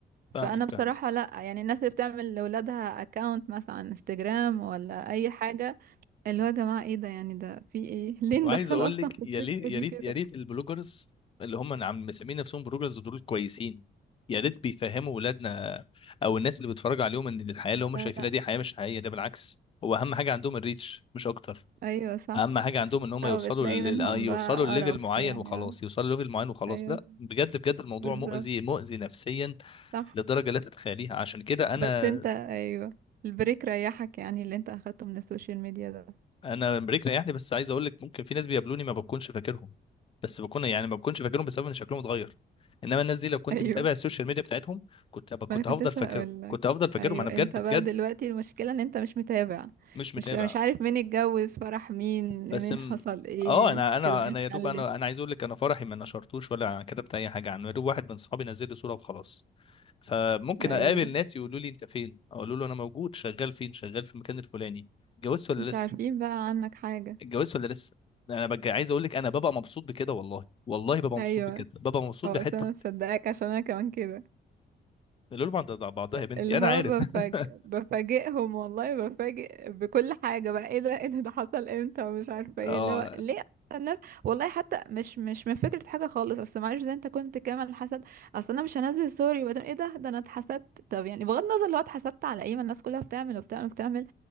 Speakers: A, on the left; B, on the right.
A: فاهمك
B: فانا بصراحة
A: فاهمك
B: لا يعني الناس اللي بتعمل لولادها اكاونت مثلا على انستجرام ولا اي حاجة اللي هو يا جماعة ايه ده يعني ده في ايه <laughs> ليه ندخله
A: وعايز اقول
B: اصلا
A: لك
B: في
A: يا
B: السكة
A: ليت يا
B: دي
A: ريت
B: كده
A: يا ريت البلوجرز اللي هم عم مسمين نفسهم بلوجرز دول كويسين يا ريت بيفهموا ولادنا او الناس اللي بيتفرجوا عليهم ان الحياه اللي هم
B: لا
A: شايفينها
B: لا
A: دي حياه مش حقيقيه ده بالعكس هو اهم حاجه عندهم الريتش مش اكتر
B: ايوه صح
A: اهم حاجه عندهم ان هم
B: او
A: يوصلوا
B: بتلاقي
A: لل...
B: منهم
A: يوصلوا
B: بقى
A: لليفل
B: قرف
A: معين
B: يعني
A: وخلاص
B: اه
A: يوصلوا لليفل معين وخلاص
B: ايوه
A: لا بجد بجد الموضوع
B: بالظبط
A: مؤذي مؤذي نفسيا
B: صح
A: لدرجه لا تتخيليها عشان كده انا
B: بس انت ايوه البريك ريحك يعني اللي انت اخدته من السوشيال ميديا ده
A: انا بريك ريحني بس عايز اقول لك ممكن في ناس بيقابلوني ما بكونش فاكرهم بس بكون يعني ما بكونش فاكرهم بسبب ان شكلهم اتغير انما الناس
B: <laughs>
A: دي لو كنت
B: ايوه
A: متابع السوشيال ميديا بتاعتهم كنت أبقى كنت
B: ما انا كنت
A: هفضل
B: لسه
A: فاكرهم
B: هقول لك
A: كنت هفضل فاكرهم
B: ايوه
A: انا بجد
B: انت بقى
A: بجد
B: دلوقتي المشكله ان انت مش متابع
A: مش متابع
B: مش مش عارف مين اتجوز فرح مين
A: بس
B: مين
A: م...
B: حصل ايه
A: اه انا انا
B: كده مين
A: انا يا دوب
B: خلف
A: انا انا عايز اقول لك انا فرحي ما نشرتوش ولا كتبت اي حاجه عنه يا دوب واحد من صحابي نزل لي صوره وخلاص فممكن
B: ايوه
A: اقابل ناس يقولوا لي انت فين اقول له انا موجود شغال فين شغال في المكان الفلاني اتجوزت ولا
B: مش
A: لسه
B: عارفين بقى عنك حاجه
A: اتجوزت ولا لسه انا ببقى عايز اقول لك انا ببقى مبسوط بكده والله والله ببقى
B: ايوه
A: مبسوط بكده ببقى مبسوط
B: او
A: بحته
B: اصلا انا مصدقك عشان انا كمان كده
A: القلوب عند بعضها يا بنتي
B: اللي
A: انا
B: هو
A: عارف
B: بفاجئ
A: <laughs>
B: بفاجئهم والله بفاجئ بكل حاجة بقى ايه ده ايه ده ده حصل امتى ومش عارفة ايه
A: اه
B: اللي هو ليه أصلاً الناس والله حتى مش مش من فكرة حاجة خالص اصل معلش زي انت كنت كامل حسد اصل انا مش هنزل سوري وبعدين ايه ده ده انا اتحسدت طب يعني بغض النظر لو اتحسدت على ايه ما الناس كلها بتعمل وبتعمل وبتعمل